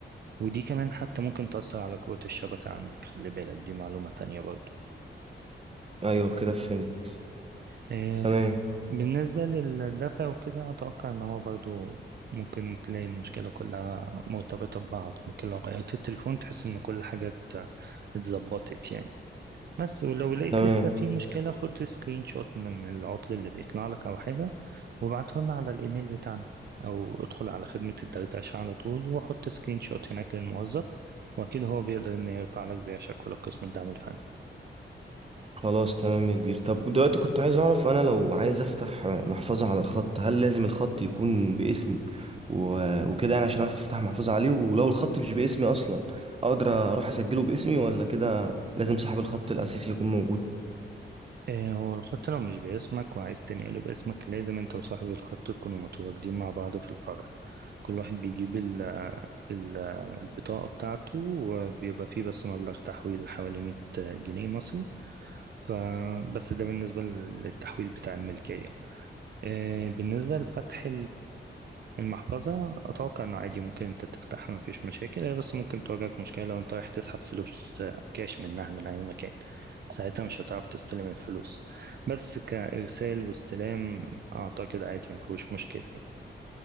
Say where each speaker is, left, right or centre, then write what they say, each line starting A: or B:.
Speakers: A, on the right; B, on the right.
A: ودي كمان حتى ممكن تأثر على قوة الشبكة عندك خلي بالك دي معلومة تانية برضو
B: ايوه كده فهمت
A: آه،
B: تمام
A: بالنسبة للدفع وكده أتوقع إن هو برضو ممكن تلاقي المشكلة كلها مرتبطة ببعض ممكن لو غيرت التليفون تحس إن كل حاجة ات- اتظبطت يعني بس ولو لقيت
B: تمام
A: لسه في مشكلة خد سكرين شوت من العطل اللي بيطلع لك أو حاجة وابعته لنا على الإيميل بتاعنا أو ادخل على خدمة الدردشة على طول وحط سكرين شوت هناك للموظف وأكيد هو بيقدر إنه يرفع لك بيها شكوى لقسم الدعم الفني
B: خلاص تمام يا كبير طب دلوقتي كنت عايز اعرف انا لو عايز افتح محفظة على الخط هل لازم الخط يكون باسمي و- وكده يعني عشان اعرف افتح محفظة عليه ولو الخط مش باسمي اصلا اقدر اروح اسجله باسمي ولا كده لازم صاحب الخط الاساسي يكون موجود
A: إيه هو الخط لو مش باسمك وعايز تنقله باسمك لازم انت وصاحب الخط تكونوا متواجدين مع بعض في الفرع كل واحد بيجيب ال ال البطاقة بتاعته وبيبقى فيه بس مبلغ تحويل حوالي 100 جنيه مصري فبس ده بالنسبة للتحويل بتاع الملكية إيه بالنسبة لفتح المحفظة أتوقع إنه عادي ممكن أنت تفتحها مفيش مشاكل هي بس ممكن تواجهك مشكلة لو أنت رايح تسحب فلوس كاش منها من أي مكان ساعتها مش هتعرف تستلم الفلوس بس كإرسال واستلام أعتقد عادي مفيهوش مشكلة يعني